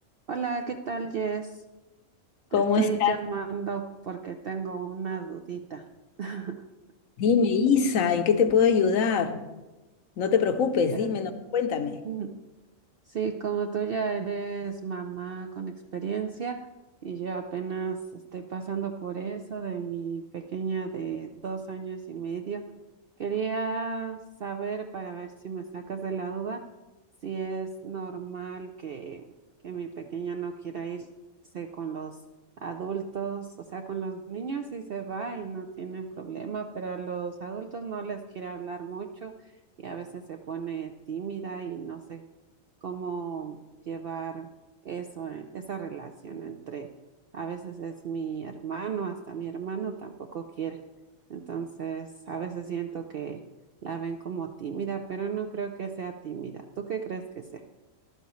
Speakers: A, on the right; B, on the left.
A: Hola, ¿qué tal, Jess?
B: ¿Cómo
A: Te estoy
B: estás?
A: llamando porque tengo una dudita. <laughs>
B: Dime, Isa, ¿en qué te puedo ayudar? No te preocupes,
A: Eh,
B: dime, no, cuéntame.
A: <laughs> Sí, como tú ya eres mamá con experiencia y yo apenas estoy pasando por eso de mi pequeña de dos años y medio, quería saber para ver si me sacas de la duda si es normal que, que mi pequeña no quiera irse con los adultos, o sea, con los niños sí se va y no tiene problema, pero a los adultos no les quiere hablar mucho y a veces se pone tímida y no sé cómo llevar eso, eh, esa relación entre, a veces es mi hermano, hasta mi hermano tampoco quiere. Entonces, a veces siento que la ven como tímida, pero no creo que sea tímida. ¿Tú qué crees que sea?